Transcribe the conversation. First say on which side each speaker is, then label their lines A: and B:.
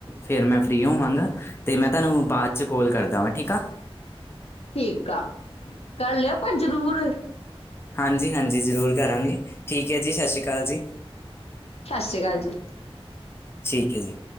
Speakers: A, on the left; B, on the left.
A: ਫੇਰ ਮੈਂ ਫਰੀ ਹੋਵਾਂਗਾ, ਤੇ ਮੈਂ ਤਾਨੂੰ ਬਾਦ ਚ ਕੋਲ ਕਰਦਾ ਵਾਂ ਠੀਕ ਆ।
B: ਠੀਕ ਆ। ਕਰ ਲਿਓ ਪਰ ਜ਼ਰੂਰ।
A: ਹਾਂਜੀ- ਹਾਂਜੀ ਜ਼ਰੂਰ ਕਰਾਂਗੇ, ਠੀਕ ਹੈ ਜੀ ਸਤ ਸ਼੍ਰੀ ਅਕਾਲ ਜੀ।
B: ਸਤ ਸ਼੍ਰੀ ਅਕਾਲ ਜੀ।
A: ਠੀਕ, ਹੈ ਜੀ।